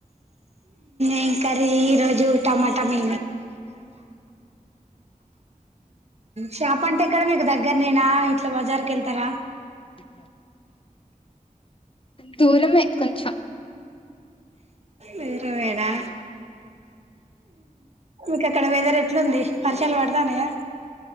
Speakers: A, on the right; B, on the left.
A: ఇంకారి ఈ రోజు టమాటా తమి షాప్ అంటే ఇక్కడ మీకు దగ్గర నేనా ఇట్లా బజార్కి వెళ్తారా
B: ఇనా దూరమే కొంచెం
A: వరుమేడా మీకు అక్కడ వెదర్ ఎట్లుంది వర్షాలు పడదానయా